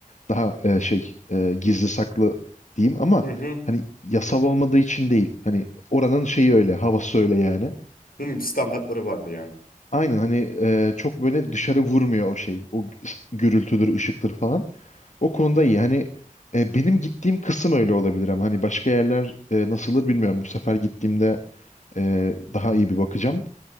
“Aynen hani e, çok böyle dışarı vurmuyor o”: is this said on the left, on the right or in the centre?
Left